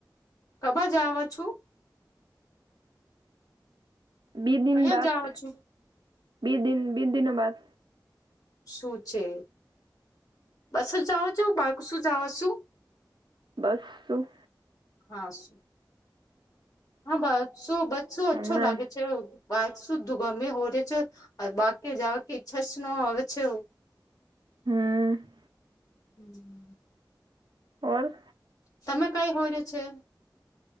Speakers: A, on the left (about 50°); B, on the right (about 85°).
A: કબા જાવા છું.
B: બીસ દીન
A: અહીંયા
B: બાદ
A: જાવ છું
B: બીસ દીન બીસ દિન બાદ
A: શું છે? બસ જ જાવ છો બાળકોસું જાવ છું.
B: બસું
A: હા શું હા બસ શું બસ શું
B: હમણાં
A: અછો લાગે છે. શું વાકસુ ધુ ગમે હારે છો બાકી જવા કે ઈચ્છા છે ન આવે છે.
B: હમ.
A: <unintelligible>
B: ઓર
A: તમે કઈ હોય રહ્યો છે?